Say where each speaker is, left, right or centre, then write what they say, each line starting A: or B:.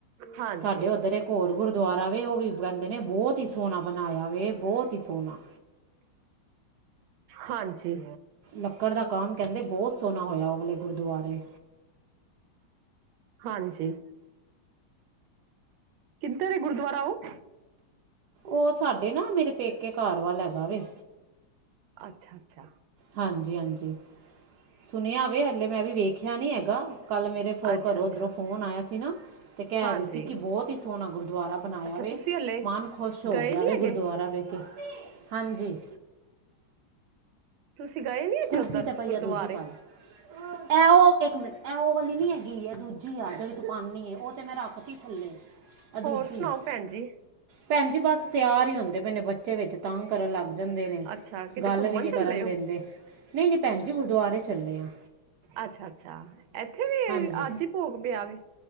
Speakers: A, on the right; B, on the right.
A: ਹਾਂਜੀ
B: ਸਾਡੇ ਓਧਰ ਇੱਕ ਹੋਰ ਗੁਰਦੁਆਰਾ ਵੇ ਓ ਵੀ ਕੈਂਦੇ ਨੇ ਬੋਹਤ ਹੀ ਸੋਹਣਾ ਬਣਾਇਆ ਵੇ ਬੋਤ ਈ ਸੋਣਾ।
A: ਹਾਂਜੀ।
B: ਲੱਕੜ ਦਾ ਕੰਮ ਕੈੰਦੇ ਬੋਹਤ ਸੋਣਾ ਹੋਇਆ ਓ ਵਾਲੇ ਗੁਰਦੁਆਰੇ।
A: ਹਾਂਜੀ ਕਿੱਧਰ ਏ ਗੁਰਦੁਆਰਾ ਓ?
B: ਓ ਸਾਡੇ ਨਾ ਮੇਰੇ ਪੇਕੇ ਘੱਰ ਵੱਲ ਹੈਗਾ ਵੇ।
A: ਅੱਛਾ-ਅੱਛਾ।
B: ਹਾਂਜੀ-ਹਾਂਜੀ ਸੁਣਿਆ ਵੇ ਹਲੇ ਮੈਂ ਵੀ ਵੇਖਿਆ ਨੀ ਹੈਗਾ। ਕੱਲ ਮੇਰੇ ਫ
A: ਅੱਛਾ
B: ਕਰੋਂ
A: ਅੱਛਾ
B: ਓਧਰੋਂ ਫੋਨ ਆਯਾ ਸੀ ਨਾ ਤੇ ਕੈ
A: ਹਾਂਜੀ
B: ਰੇ ਸੀ ਕਿ ਬੋਹਤ ਈ ਸੋਹਣਾ ਗੁਰਦੁਆਰਾ ਬਣਾਇਆ
A: ਅੱਛਾ
B: ਵੇ।
A: ਤੁਸੀਂ ਹਲੇ
B: ਮਨ ਖੋਸ਼ ਹੋ
A: ਗਏ
B: ਗਯਾ
A: ਨਹੀਂ
B: ਵੇ
A: ਹੈਗੇ
B: ਗੁਰਦੁਆਰਾ ਵੇਖ ਕੇ ਮੰਮੀ ਹਾਂਜੀ
A: ਤੁਸੀਂ ਗਏ ਨਹੀਂ ਅਜੇ
B: ਕੁਰਸੀ
A: ਉੱਧਰ
B: ਤੇ ਪਈ
A: ਗੁਰਦੁਆਰੇ
B: ਆ ਦੂਜੀ ਪਾਲੈ ਐ ਓ ਇੱਕ ਮਿੰਟ ਐ ਓ ਵਾਲੀ ਨੀ ਹੈਗੀ ਐਂ ਦੂ ਜੀ ਆ ਜੇੜੀ ਤੂੰ ਪਾਨੀ ਏ ਓ ਤੇ ਮੈਂ ਰੱਖ ਤੀ ਥੱਲੇ ਐ ਦੂਜੀ
A: ਹੋਰ ਸੁਣਾਓ
B: ਆ।
A: ਭੈਣ ਜੀ
B: ਪੈਣ ਜੀ ਬਸ ਤਿਆਰ ਹੀ ਹੁੰਦੇ ਪਏ ਨੇ ਬੱਚੇ ਵਿੱਚ ਤੰਗ ਕਰਨ ਲੱਗ ਜਾਂਦੇ ਨੇ
A: ਅੱਛਾ ਕਿਤੇ
B: ਗੱਲ
A: ਘੁੰਮਣ
B: ਵੀ ਨੀ
A: ਚੱਲੇ
B: ਕਰਨ
A: ਹੋ
B: ਦਿੰਦੇ ਨਈ-ਨਈ ਪੈਣ ਜੀ ਗੁਰਦੁਆਰੇ ਚੱਲੇ ਆ।
A: ਅੱਛਾ-ਅੱਛਾ ਐਥੇ ਵੀ
B: ਹਾਂਜੀ
A: ਅੱਜ ਈ ਪੋਗ ਪਯਾ ਵੇ